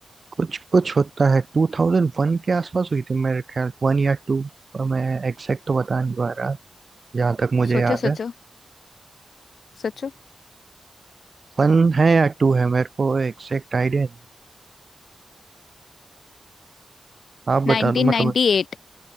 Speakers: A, on the right; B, on the left.
A: कुछ कुछ होता है 2001 के आसपास हुई थी मेरे ख्याल वन या टू मैं एग्जैक्ट तो बता नहीं पा रहा जहाँ तक मुझे
B: सोचो
A: याद
B: सोचो
A: है
B: सोचो
A: वन है या टू है मेरे को एग्जैक्ट आइडिया नहीं आप बता
B: 1998
A: दो मतलब